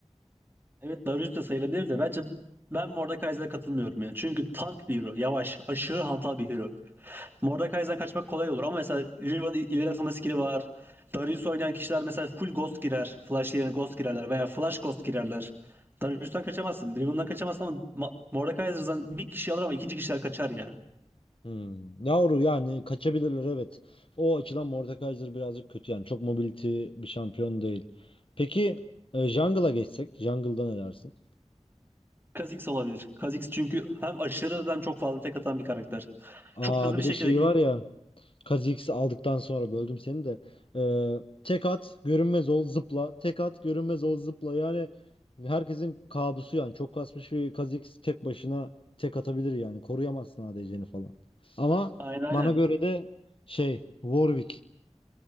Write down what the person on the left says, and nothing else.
Hmm. Yavru yani kaçabilirler evet. O açıdan Mordekaiser birazcık kötü yani. Çok mobility bir şampiyon değil. Peki e, jungle'a geçsek. Jungle'da ne dersin?
Aa
bir
de şey
var ya. Kha'Zix'i aldıktan sonra böldüm seni de. E, tek at görünmez ol zıpla. Tek at görünmez ol zıpla. Yani herkesin kabusu yani. Çok kasmış bir Kha'Zix tek başına tek atabilir yani. Koruyamazsın ADC'ni falan. Ama
bana göre de şey Warwick.